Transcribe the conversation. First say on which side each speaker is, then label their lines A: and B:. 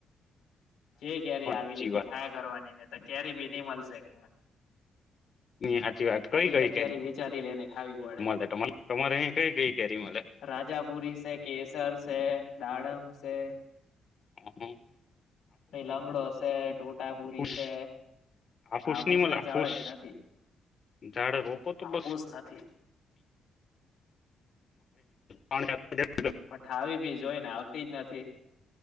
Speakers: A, on the left (about 75°); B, on the left (about 50°).
A: જે કેરી આવેલી
B: સાચી
A: તે
B: વાત
A: ખાયા કરવાની ને કેરી બી નહી મલશે ખાવા <inaudible>
B: ની સાચી વાત કઈ
A: બીજે
B: કઈ
A: તો કેરી વેચાતી લેને ખાવી પડે,
B: મળે તમારે તમારે અહી કઈ કઈ કેરી મળે
A: રાજાપુરી સે કેસર છે દાડમ સે
B: હમ્મ
A: પઈ લંગડો સે ટોટાપુરી
B: આપુસ
A: સે
B: હાફૂસ
A: આફુસ
B: ની મળે
A: ના
B: હાફૂસ
A: જાડ જ નથી,
B: ઝાડ રોપો તો
A: આફુસ
B: બસ
A: નથી.
B: અમારે હજાર
A: પ ઠાવી ભી જોય ને આવતી જ નથી.